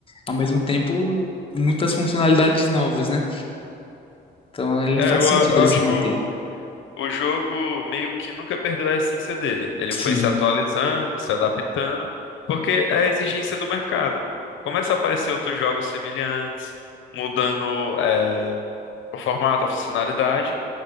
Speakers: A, on the left (about 25°); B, on the left (about 75°).
A: ao mesmo tempo muitas funcionalidades novas, né? Então ele
B: É,
A: faz
B: eu,
A: sentido
B: a- eu
A: ele
B: acho
A: se manter.
B: que o, o jogo meio que nunca perdeu a essência dele. Ele
A: Sim.
B: foi se atualizando, se adaptando, porque é a exigência do mercado. Começa a aparecer outros jogos semelhantes, mudando, é, o formato, a funcionalidade,